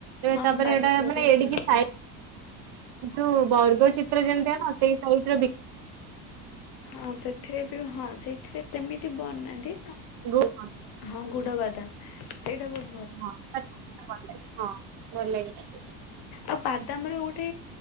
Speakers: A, on the right; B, on the left.
A: ଏ
B: ହଁ
A: ତାପରେ
B: ବାଦାମ
A: ଏଇଟା
B: ଲଡୁ
A: ମାନେ
B: ଦିଅନ୍ତି।
A: ଏଡିକି ଯୋଉ ବର୍ଗ ଚିତ୍ର ଯେମିତିଆ ନୁଅ ସେଇ ସାଇଜ୍ ର ବିକ୍
B: ହଁ ସେଥିରେ ବି ହଁ ସେଥିରେ ସେମିତି ବନାନ୍ତି
A: <inaudible>
B: ହଁ ଗୁଡ ବାଦାମ୍ ସେଇଟା ବ
A: ହଁ <inaudible> ହଁ ଭଲ ଲାଗେ <inaudible>
B: ଆଉ ବାଦାମ୍ ର ଗୋଟେ